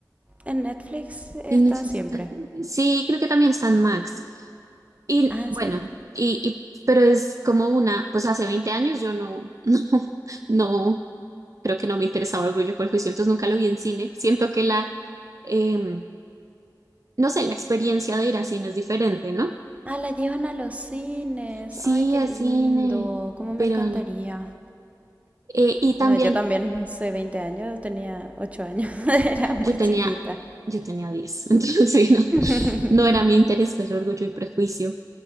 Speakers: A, on the right; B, on the right.
A: en Netflix está
B: En Netflix
A: siempre.
B: está- Sí, creo que también está en Max. Y
A: Ah, en
B: bueno,
A: serio.
B: y, y- pero es como una, pues hace 20 años yo no, <laughs> no, no, creo que no me interesaba Orgullo y Prejuicio, entonces nunca lo vi en cine. Siento que la, em, no sé, la experiencia de ir a cine es diferente, ¿no?
A: Ah, la llevan a los cines.
B: Sí,
A: Ay, qué
B: a
A: lindo.
B: cine,
A: Cómo me
B: pero
A: encantaría.
B: no. Eh, y también
A: No, yo también hace 20 años, tenía 8 años, <laughs> era muy
B: yo tenía,
A: chiquita.
B: yo tenía diez <laughs> entonces sí, no,
A: <laughs>
B: no era mi interés, pues orgullo y prejuicio.